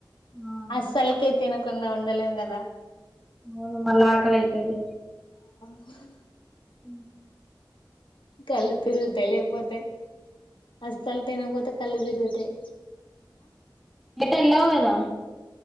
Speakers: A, in the centre; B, on the left.
A: ఆ
B: ఆసల్కె తినకుడా ఉండలేం కదా
A: అవు మళ్ళా ఆకలి అయితవది
B: అ <inaudible>
A: ఉ
B: కళ్ళు తిరుగుతయి లెకపోతే అసల్ తనపోత కలదిరుగుతయి
A: ఎటు ఎళవు గద